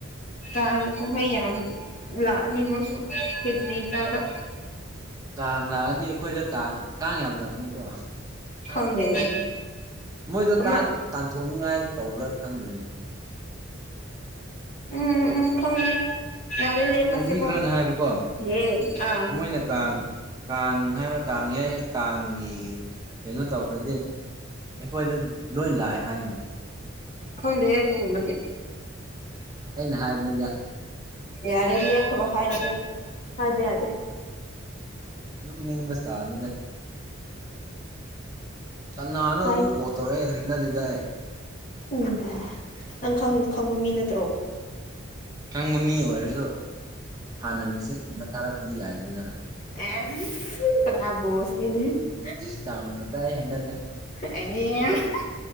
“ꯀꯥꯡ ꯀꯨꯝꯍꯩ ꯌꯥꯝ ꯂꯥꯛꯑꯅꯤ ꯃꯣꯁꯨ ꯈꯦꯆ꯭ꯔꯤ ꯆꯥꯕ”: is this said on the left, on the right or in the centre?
Left